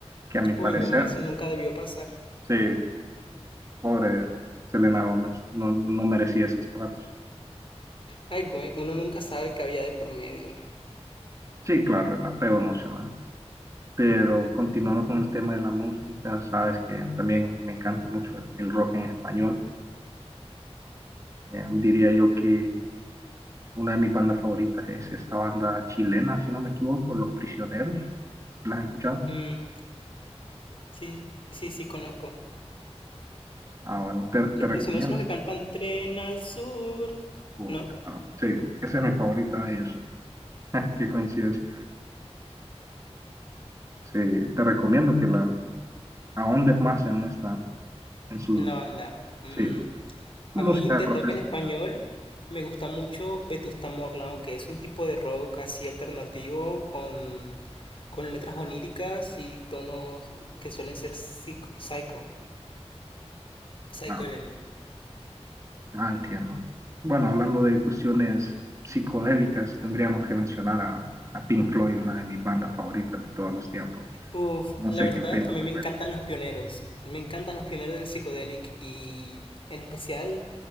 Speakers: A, on the right; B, on the left.
A: que a mi
B: Uy,
A: parecer,
B: no, eso nunca debió pasar.
A: sí, pobre Selena Gómez, no, no merecía esos tratos.
B: Ay, güey, uno nunca sabe qué había de por medio.
A: Sí, claro, el apego emocional. Pero continuando con el tema de la música, sabes que también me encanta mucho el, el rock en español. Eh, diría yo que Una de mis bandas favoritas es esta banda chilena, si no me equivoco, Los Prisioneros. ¿Las has escuchado?
B: Mm, sí, sí, sí, conozco.
A: Ah, bueno, te,
B: Los
A: te recomiendo.
B: prisioneros son los que
A: ya.
B: cantan Tren al Sur,
A: Oh,
B: ¿no?
A: claro. Sí, esa es mi favorita de ellos. <laughs> Qué coincidencia. Sí, te recomiendo que la ahondes más en esta, en sus,
B: En la banda. Mm,
A: sí, música
B: A mí de
A: de protesta.
B: rock en español me gusta mucho Vetusta Morla, aunque es un tipo de rock así alternativo con, con letras oníricas y tonos que suelen ser psic- psycho, psicodélicos.
A: No, ah, entiendo. Bueno, hablando de cuestiones psicodélicas, tendríamos que mencionar a, a Pink Floyd, una de mis bandas favoritas de todos los tiempos.
B: Uf,
A: No
B: la
A: sé
B: verdad,
A: qué opinas.
B: a mí
A: al respecto.
B: me encantan los pioneros. Me encantan los pioneros del psicodelic y en especial